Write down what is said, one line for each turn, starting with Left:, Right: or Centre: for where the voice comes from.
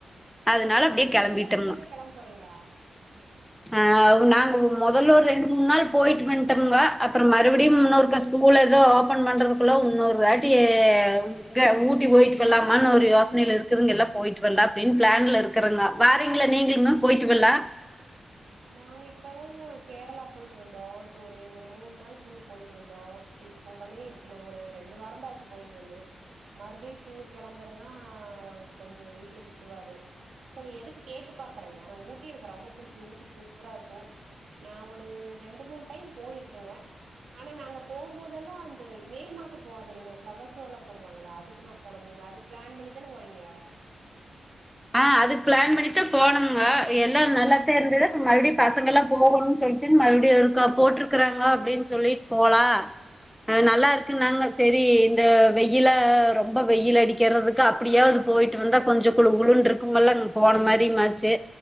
Centre: அதனால
Right: நீங்க போயிட்டு
Centre: அப்டியே
Right: வந்துட்டீங்களா
Centre: கெளம்பிட்டோம்ங்க
Right: இனி மேல்லா கிளம்ப போறீங்களா
Centre: ஆ நாங்க முதல்ல ஒரு ரெண்டு மூணு நாள் போயிட்டு வண்டோம்ங்க அப்புறோ மறுபடியும் இன்னொருக்க ஸ்கூல ஏதோ ஓபன் பண்றதுக்குள்ள இன்னொரு வேட்டிங்க ஊட்டி போயிட்டு வரலாமான்னு ஒரு யோசனையில இருக்குதுங்க எல்லாம் போயிட்டு வரலாம் அப்படின்னு பிளான்ல இருக்கறங்க வாரீங்கள நீங்களுமே போயிட்டு வரலா
Right: நாங்க இப்பதாங்க கேரளா போயிட்டு வந்தோ டூரு ஒரு மூணு நாள் டூர் போயிட்டு வந்தோ இப்ப உடனே நாங்க ஒரு ரெண்டு வாரந்தாச்சு போயிட்டு வந்து மறுபடி டூர் கிளம்பேர்னா கொஞ்சு வீட்டுல திட்டுவாரு செரி எதுக்கு கேட்டு பாக்குறேங்க ஆனா ஊட்டி எனக்கு ரொம்ப பிடிக்கும் ஊட்டி சூப்பரா இருக்கு நா ஒரு ரெண்டு மூணு டைம் போயிருக்கேங்க ஆனா நாங்க போம் போதெல்லா அந்த மே மாசோ போனது இல்லைங்க ஃப்ளவர் ஷோ எல்லா போடுவாங்கள அதுக்கு நான் போனது இல்லைங்க அதுக்கு பிளான் பண்ணிதானே போறீங்க
Centre: ஆ அதுக்கு பிளான் பண்ணிட்டுதா போனோம்முங்க எல்லா நல்லாத்தே இருந்ததப்ப மறுபடியும் பசங்க எல்லா போகணும்னு சொல்லிச்சு மறுபடியும் இருக்கா போட்டிருக்கறாங்க அப்படின்னு சொல்லிட்டு போலா ஆ நல்லா இருக்குன்னாங்க செரி இந்த வெயில ரொம்ப வெயில் அடிக்கறதுக்கு அப்படியாவது போயிட்டு வந்தா கொஞ்சு குளு குளு இருக்கும்ல்ல அங்க போன மாதிரியு ஆச்சு